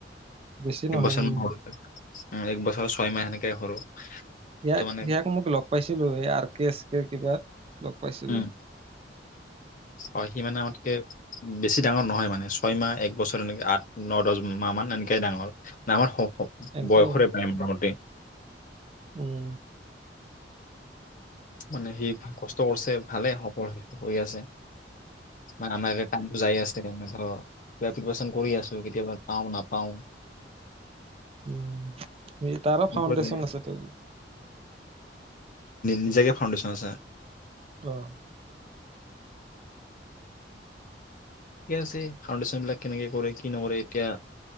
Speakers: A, on the right; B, on the left.
A: বেছি নহয়
B: এক বছৰ
A: উম
B: মান সৰু এক বছ ছয় মাহ সেনেকে সৰু
A: ইয়াক
B: ত' মানে
A: ইয়াক মোক লগ পাইছিলো আৰ কে এ কে কিবা লগ পাইছিলেই
B: উম হয় সি মানে আমাতকে বেছি ডাঙৰ নহয় মানে ছয় মাহ একবছৰ এনেকে আঠ ন দহ মাহ মান এনেকে ডাঙৰ আমাৰ
A: এনেকে
B: বয়সৰ ফড ৰ মতে মোটামুটি
A: উম
B: মানে সি কষ্ট কৰিছে ভালে হব হৈ আছে মানে আমাৰ তাই বুজাই আছে তেনে পিপিযাৰেচন কোৱেচন কৰি আছো কেতিয়াবা পাওঁ নাপাও
A: উম তাৰো
B: এনেকুৱা
A: ফাউণ্ডেশ্যন
B: লাগে।
A: আছে ত
B: নিজাকে ফাউণ্ডেশ্যন আছে
A: আহ
B: থিক আছে ফাউণ্ডেশ্যন বিলাক কেনেকে কৰে কি নকৰে এতিয়া